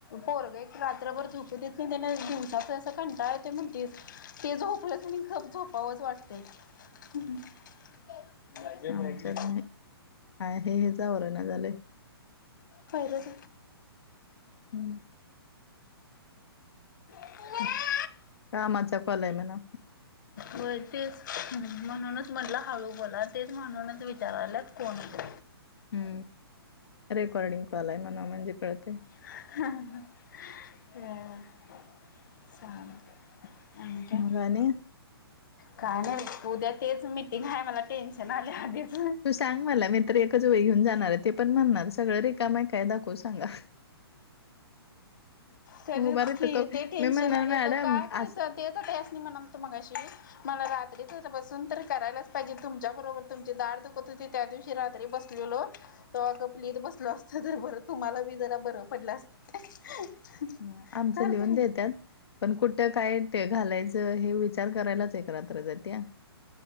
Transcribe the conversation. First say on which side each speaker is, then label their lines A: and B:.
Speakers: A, on the left; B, on the left.
A: पोरग एक रात्रभर झोप देत नाही त्याना दिवसाच असं कंटा य ते म्हणतीस ते झोपलं तर म झोपावंच वाटते ते नाहीगरी
B: आमच्यात नाही आहे हेच आवरणा झालंय.
A: फहिरज
B: हम्
A: हो
B: कामाच्या कलय म ना
A: व तेच म्हणूनच म्हटलं हळू बोलात तेच म्हणूनच विचारालात कोणत
B: हम्म रेकॉर्डिंग कॉल आहे म्हणा म्हणजे कळते
A: हा चालतंय आणि काय
B: मग आणि
A: काय नाय बय उद्या तेच मिटिंग हाय मला टेन्शन आलय आधीच
B: तू सांग मला मी तर एकच वही घेऊन जाणार हाय ते पण म्हणणार सगळं रिकाम हाय काय दाखवू स सांगा
A: तर
B: मुबारततो
A: की ते टेन्शन
B: मी म्हणणार
A: आले
B: मॅडम
A: तर काय करायचं
B: आस
A: ते त त्याअस्नी म्हणाल होत मंगाशी मला रात्रीच बसून तरी करायलाच पाहिजे तुमच्या बरोबर तुमची दाड दुखत होती. त्या दिवशी रात्री बसलेलो तवा गप लिहीत बसलो असत तर बरं तुम्हाला बी जरा बरं पडलं असत
B: नाय आमचं
A: तर
B: लिहून
A: काय
B: देत्यात पण कुठं काय काय घालायचं हे विचार करायलाच एक रात्र जात्या